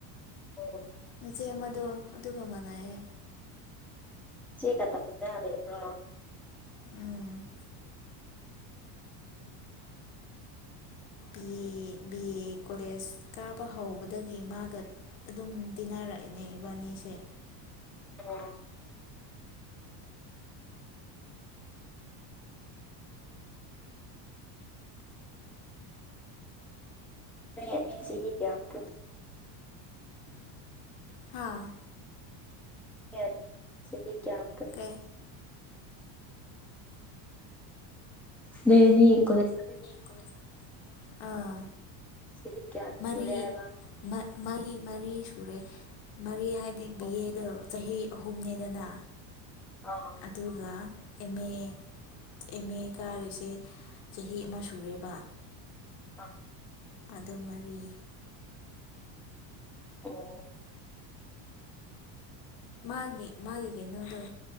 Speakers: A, in the centre; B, on the left (about 65°).
A: ꯑꯣ
B: ꯅꯆꯦ ꯑꯃꯗꯣ ꯑꯗꯨꯒ ꯃꯥꯟꯅꯩꯌꯦ
A: ꯆꯦ ꯀ ꯇꯃꯤꯟꯅꯔ ꯂꯩꯕ꯭ꯔꯣ
B: ꯎꯝ B A B A college ꯀꯥꯕ ꯍꯧꯕꯗꯒꯤ ꯃꯥꯒ ꯑꯗꯨꯝ ꯇꯤꯟꯅꯔꯛꯏꯅꯦ ꯏꯕꯥꯅꯤꯁꯦ
A: ꯑꯣ ꯅꯣꯏ ꯑꯅꯤꯁꯤꯗꯤ ꯀꯌꯥꯝ ꯄꯨꯟꯒꯦ
B: ꯍꯥꯥ
A: ꯌꯥꯔ ꯁꯤꯗꯤ ꯀꯌꯥ‌ ꯄꯨꯟ
B: ꯑꯦ
A: ꯅꯣꯏ ꯑꯅꯤ ꯀꯣꯂꯦꯁ
B: ꯀꯣꯂꯦꯁ ꯑꯥ
A: ꯁꯤꯗꯤ ꯀꯌꯥ
B: ꯃꯔꯤ‌ꯃ
A: ꯁꯨꯔꯦ ꯍꯥꯏꯕ
B: ꯃꯔꯤ ꯃꯔꯤ ꯁꯨꯔꯦ ꯃꯔꯤ ꯍꯥꯏꯗꯤ ꯕꯤ
A: ꯑꯣ
B: ꯑꯦ ꯗꯣ ꯆꯍꯤ ꯑꯍꯨꯝꯅꯦꯗꯅ
A: ꯑꯧ
B: ꯗꯨꯒ ꯑꯦꯝ ꯑꯦ ꯑꯦꯝ ꯑꯦ ꯀꯥꯔꯤꯁꯦ ꯆꯍꯤ ꯑꯃ ꯁꯨꯔꯦꯕ
A: ꯑꯝ
B: ꯑꯗꯨ ꯃꯔꯤ
A: ꯑꯣ
B: ꯃꯥꯒꯤ ꯃꯥꯒꯤ ꯀꯩꯅꯣꯗꯣ